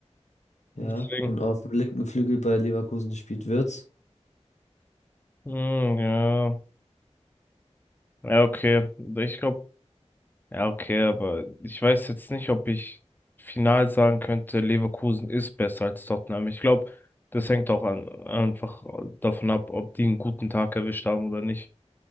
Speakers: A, on the left; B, on the left.
A: Ja,
B: Deswegen.
A: und auf dem linken Flügel bei Leverkusen spielt Wirtz.
B: Hm, ja. Ja, okay. Ich glaube, ja, okay, aber ich weiß jetzt nicht, ob ich final sagen könnte, Leverkusen ist besser als Tottenham. Ich glaube, das hängt auch an, einfach davon ab, ob die einen guten Tag erwischt haben oder nicht.